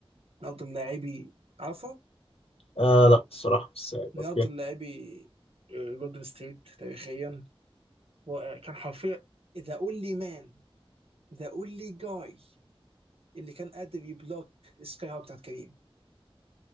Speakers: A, on the right; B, on the left.
A: من افضل لاعبي عفوا
B: آه لا الصراحة مش صعب
A: من
B: اوكي
A: افضل لاعبي جولدن ستيت تاريخيا رائع كان حرفيا ذا اونلي مان ذا اونلي جاي اللي كان قادر يبلوك سكاي هوك بتاعت كريم